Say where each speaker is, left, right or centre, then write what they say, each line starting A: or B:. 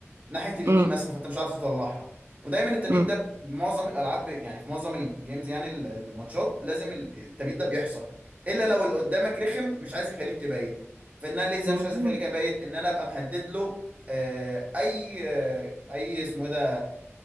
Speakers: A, on the right; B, on the right.
A: ناحيه اليمين
B: أمم،
A: مثلا فانت مش عارف تطلعها ودايما التبييض
B: أمم،
A: ده معظم الالعاب يعني في معظم الجيمز يعني ال- الماتشات لازم ال- التبييض ده بيحصل الا لو اللي قدامك رخم مش عايز يخليك تبيت فان انا ليه ازاي
B: أمم.
A: مش عايز اخليك ابيت ان انا ابقى مهدد له آه، اي آه، اي اسمه إيه ده